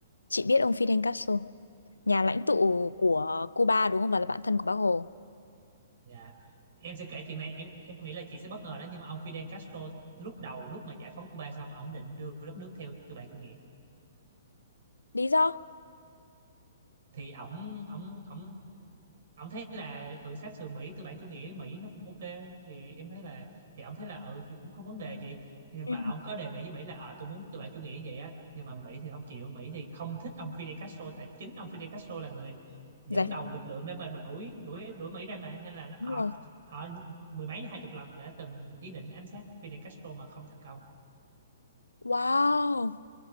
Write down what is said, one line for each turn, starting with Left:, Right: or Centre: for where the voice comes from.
Left: Chị biết ông Fidel Castro, nhà lãnh tụ của Cuba đúng không? Và là bạn thân của Bác Hồ.
Right: Dạ. Em sẽ kể chuyện này em em nghĩ là chị sẽ bất ngờ đó nhưng mà ông Fidel Castro lúc đầu lúc mà giải phóng Cuba xong ổng định đưa đất nước theo tư bản chủ nghĩa
Left: Lý do?
Right: thì ổng ổng ổng ông thấy là ừ sát sườn Mỹ tư bản chủ nghĩa Mỹ nó cũng ok thì em thấy là thì ông thấy là ừ thì cũng không vấn đề gì nhưng
Left: Ừ.
Right: mà ông có đề nghị với Mỹ là ờ tôi muốn tư bản chủ nghĩa vậy á nhưng mà Mỹ thì không chịu Mỹ thì không thích ông Fidel Castro tại chính ông Fidel Castro là người dẫn
Left: Giải
Right: đầu
Left: phóng
Right: lực lượng để mà đuổi đuổi đuổi Mỹ ra mà nên là nó-
Left: đúng
Right: họ
Left: rồi.
Right: họ mười mấy hai chục lần đã từng ý định ám sát Fidel Castro mà không thành công
Left: Wow,